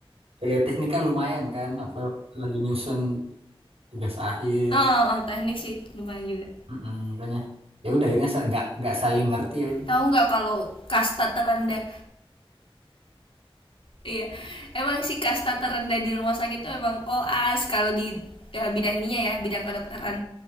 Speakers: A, on the right; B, on the left.
A: kuliah teknik kan lumayan kan, apalagi lagi nyusun tugas akhir.
B: Ah, ah, ah, teknik sih lumayan juga.
A: Mm-mm, makanya ya udah akhirnya sa- nggak nggak saling ngerti ya udah
B: Tahu nggak kalau kasta terendah? Iya. Emang si kasta terendah di rumah sakit itu emang koas kalau di ya, bidang ininya ya, bidang kedokteran